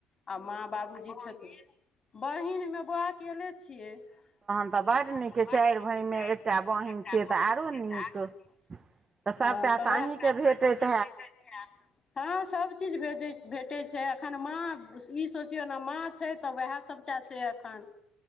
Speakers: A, on the left; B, on the right.
A: आ माँ बाबूजी छथिन, आ बहिन, बहिन मे बौउवा अकेएले छियै। तहन
B: तऽ बड्ड नीक
A: त
B: अइ
A: बड़
B: चारि
A: निक
B: भायमे
A: यै चाईर
B: एकटा
A: भाय मैं
B: बहिन
A: एकटा
B: छियै
A: बहिन
B: तऽ आरो
A: छिऐ त आरो
B: तऽ
A: नीक।
B: सभटा
A: हँ त
B: तऽ
A: वेह
B: अहीँके
A: सबटा त
B: भेटैत
A: अहीके भेटत हैत ह सब सभ चीज भेजै भेटै छै अखन माँ ई सोचियौ ने माँ छै तऽ उएह सभटा छै अखन।